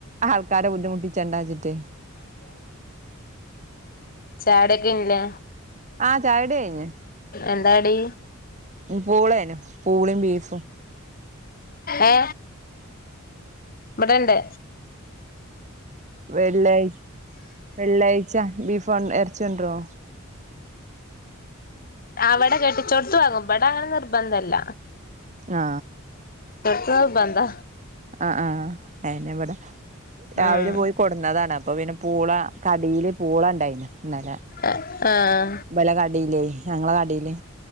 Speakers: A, on the right (about 35°); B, on the left (about 45°).
A: ആൾക്കാരെ ബുദ്ധിമുട്ടിച്ചണ്ട വച്ചിട്ടേ
B: ചായകുടി കേലെ
A: ആ ചായുടി കഴിഞ്ഞ്
B: എന്താ ടി
A: പൂളേനു പൂളയ്യും ബീഫും
B: ആ ഏ ഇവിടെ ഇണ്ട്
A: വെള്ളിയാഴ്ച്ച് വെള്ളിയാഴ്ച്ച- ഫ <unintelligible> ൺ ഇറച്ചി കൊണ്ടുവരോ
B: അവിടെ കെട്ടിച്ചൊടുത്തു വാങ്ങും ഇവിടെ അങ്ങനെ നിർബന്ധയില്ല
A: ആ
B: നിർബന്ധവ
A: ആ ആ അയിന് ഇവിടെ രാവിലെ
B: ഉം
A: പോയി കൊടുന്നതാണ് അപ്പൊ പിന്നെ പൂള കടിയില് പൂള ഉണ്ടായിന് ഇന്നലെ
B: ആഹ് ആഹ്
A: ഇബലെ കടയിലെ ഞങ്ങളടെ കടിയില്